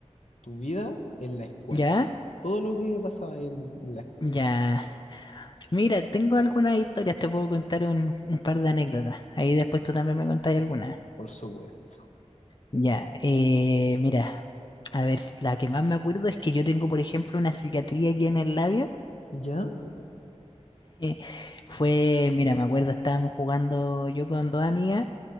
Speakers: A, on the left; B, on the left.
A: tu vida en la escuela,
B: ¿Ya?
A: así, todo lo que pasaba ahí en, en la escuela,
B: Ya. Mira, tengo algunas historias, te puedo contar un, un par de anécdotas. Ahí después tú también me contás algunas.
A: por supuesto.
B: Ya, eh, mira, a ver, la que más me acuerdo es que yo tengo, por ejemplo, una cicatriz aquí en el labio.
A: ¿Ya?
B: Eh, fue, mira, me acuerdo, estábamos jugando yo con dos amigas